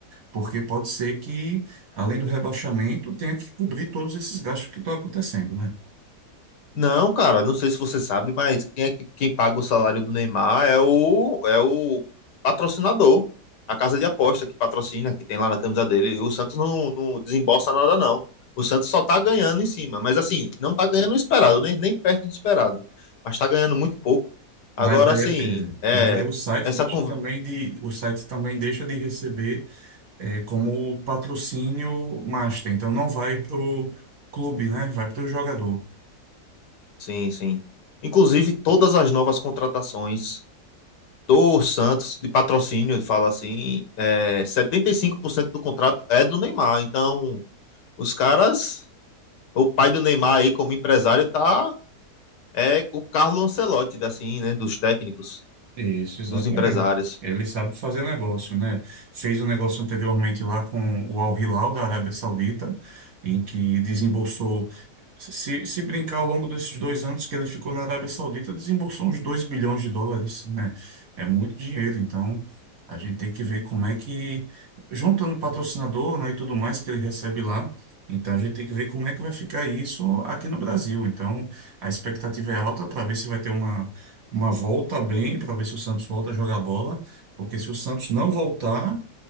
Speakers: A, on the right (about 55°); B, on the left (about 85°).
A: porque pode ser que, além do rebaixamento, tenha que cobrir todos esses gastos que estão acontecendo, né?
B: Não, cara, não sei se você sabe, mas quem é que quem paga o salário do Neymar é o é o patrocinador, a casa de aposta que patrocina, que tem lá na camisa dele. E O Santos não, não desembolsa nada, não. O Santos só tá ganhando em cima, mas assim, não tá ganhando o esperado, nem, nem perto do esperado. Mas tá ganhando muito pouco.
A: Mas
B: Agora,
A: aí,
B: assim,
A: é, é,
B: é,
A: mas aí o site
B: essa
A: deixa
B: conversa.
A: também de, o site também deixa de receber é, como patrocínio master. Então não vai para o clube, né? Vai para o jogador.
B: Sim, sim. Inclusive, todas as novas contratações do Santos, de patrocínio, fala assim, é, 75% do contrato é do Neymar. Então, os caras, o pai do Neymar aí como empresário tá, é o Carlo Ancelotti, assim, né, dos técnicos,
A: Isso, exatamente.
B: dos empresários.
A: Ele sabe fazer negócio, né? Fez um negócio anteriormente lá com o Al Hilal da Arábia Saudita, em que desembolsou, se, se brincar ao longo desses dois anos que ele ficou na Arábia Saudita, desembolsou uns 2 bilhões de dólares, né? É muito dinheiro, então a gente tem que ver como é que, juntando patrocinador, né, e tudo mais que ele recebe lá, então a gente tem que ver como é que vai ficar isso aqui no Brasil. Então a expectativa é alta para ver se vai ter uma uma volta bem para ver se o Santos volta a jogar bola, porque se o Santos não voltar,